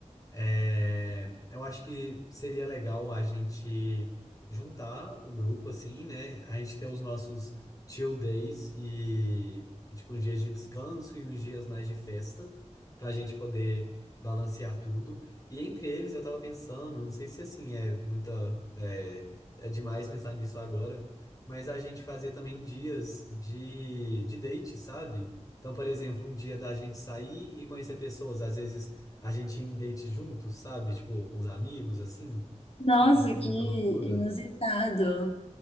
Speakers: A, on the left (about 30°); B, on the left (about 50°).
A: É, eu acho que seria legal a gente juntar o grupo, assim, né? A gente ter os nossos chill days e, e, tipo, uns dias de descanso e uns dias mais de festa, pra gente poder balancear tudo. E entre eles, eu tava pensando, não sei se, assim, é muita... É, é demais pensar nisso agora, mas a gente fazer também dias de, de date, sabe? Então, por exemplo, um dia da gente sair e conhecer pessoas, às vezes a gente ia em date juntos, sabe? Tipo, com os amigos, assim.
B: Nossa,
A: Você não é
B: que
A: muita
B: inusitado.
A: loucura?